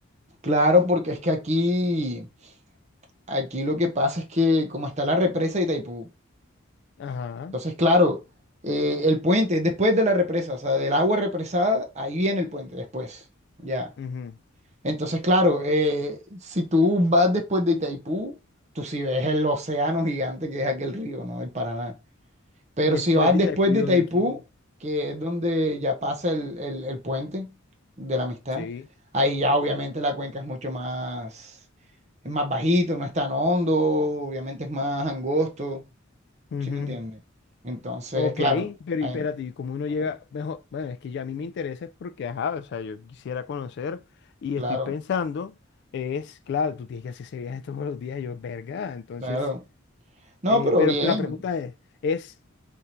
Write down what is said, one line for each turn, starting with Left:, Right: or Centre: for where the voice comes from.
Right: claro, porque es que aquí, aquí lo que pasa es que como está la represa de Itaipú,
Left: Ajá.
Right: entonces, claro, eh, el puente es después de la represa, o sea, del agua represada, ahí viene el puente después. Ya.
Left: ujú.
Right: Entonces, claro, eh, si tú vas después de Itaipú, tú sí ves el océano gigante que es aquel río, ¿no? El Paraná. Pero
Left: Después
Right: si vas
Left: de
Right: después
Left: Itaipu
Right: de
Left: y donde
Right: Itaipú,
Left: quiera.
Right: que es donde ya pasa el, el- el puente de la amistad,
Left: Sí.
Right: ahí ya obviamente la cuenca es mucho más, es más bajito, no es tan hondo, obviamente es más angosto,
Left: ujú.
Right: ¿sí me entiendes? Entonces,
Left: Ok,
Right: claro,
Left: pero
Right: ahí-
Left: y espérate, ¿y cómo uno
Right: ujú,
Left: llega? Mejor, bueno, es que ya a mí me interesa es porque, ajá, o sea, yo quisiera conocer y
Right: claro,
Left: estoy pensando, es, claro, tú tienes que hacer ese viaje todos los días, yo, verga, entonces,
Right: claro. No,
Left: eh,
Right: pero
Left: pero
Right: bien.
Left: la pregunta es, es,